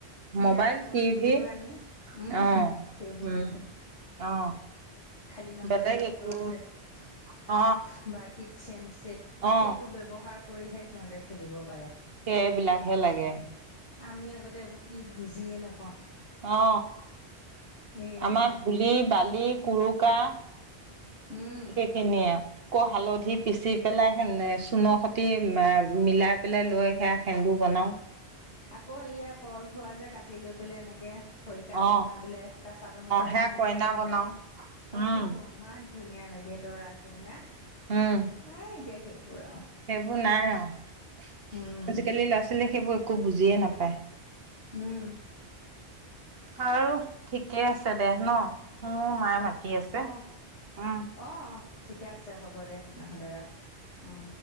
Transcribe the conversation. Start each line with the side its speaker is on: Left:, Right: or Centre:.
Left: কিনা
Right: মোবাইল
Left: বস্তুবোৰ
Right: টভি
Left: আনি উম
Right: অ
Left: সেইবোৰে
Right: উম অ,
Left: খালী নহ'লে
Right: বেলেগ
Left: ডক্তৰে
Right: একো
Left: ছেদ
Right: অ
Left: বা, কিটচেন ছেট
Right: অ
Left: সেইবোৰ ব্যৱহাৰ কৰিহে সিহঁতে খেলিব পাৰে।
Right: এইবিলাকহে লাগে।
Left: আমি আগতে এইবোৰ কি বুজিয়ে নাপাওঁ।
Right: অ
Left: এয়াই
Right: আমাৰ ধূলি বালি কুৰুকা।
Left: উম
Right: সেইখিনি এ, আকৌ হালধি পিচি পেলাই চূণৰ সতি মিলাই পেলাই লৈ সেয়া সেন্দু বনাওঁ।
Left: আকৌ এইয়া কল থোৱা যে কাটি লৈ পেলাই এনেকে। খৰিকা
Right: অ
Left: সোমোৱাই বোলে ক চাদৰ মেখেলা
Right: সেয়া
Left: পিন্ধি সে কইনা।
Right: বনাও
Left: অ
Right: উম উম
Left: ইমান ধুনীয়া লাগে দৰা কইনা।
Right: উম
Left: নাই এতিয়া সেইবোৰ আৰু
Right: সেইবোৰ নাই আৰু
Left: উম
Right: আজিকালি ল'ৰা ছোৱালীয়ে সেইবোৰ একো বুজিয়ে নাপায়।
Left: উম,
Right: বৰু ঠিকে আছে দে ন মোৰ মায়ে মাতি আছে
Left: অ',
Right: উম,
Left: অ অ ঠিকে আছে হ'ব দে নহ'লে ৰাখ উম।